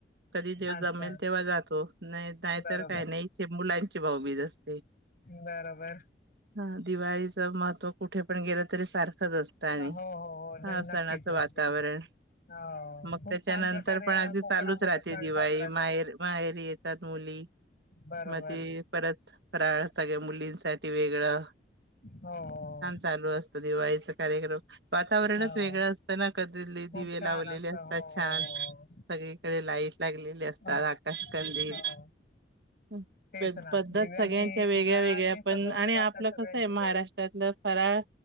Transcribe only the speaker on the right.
कधी जेव्हा
जमेल तेव्हा जातो नाही नाहीतर
काही नाही इथे मुलांची भाऊबीज असते. <inaudible>
हां दिवाळीचं महत्व कुठे पण गेलं तरी सारखंच असतंय आणि
हा सणाचं
वातावरण
मग
त्याच्यानंतर
पण
अगदी
चालूच राहते
दिवाळी
माहेर माहेरी येतात मुली
मग ते परत राळ सगळ्या मुलींसाठी वेगळं
चालू असतं दिवाळीचा कार्यक्रम वातावरणच
वेगळं असतं ना कदिली
दिवे
लावलेले
असतात
छान सगळीकडे
लाईट लागले ले असतात
आकाश कंदील
हम
पेद
पद्धत
सगळ्यांच्या वेगळ्या
वेगळ्या पण
आणि आपलं
कसं ये
महाराष्ट्रातलं फराळ